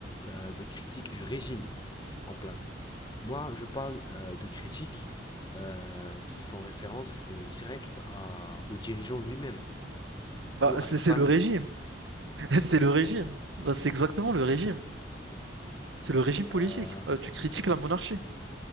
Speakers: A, on the left; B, on the right.
A: euh, de critique du régime en place. Moi, je parle euh, de critiques euh, qui font référence euh, directe à, au dirigeant lui-même.
B: bah,
A: ou à
B: c'est
A: sa
B: c'est
A: famille.
B: le régime, <laughs> c'est le régime, Bah, c'est exactement le régime, c'est le régime politique.
A: Euh,
B: Euh, tu critiques la monarchie.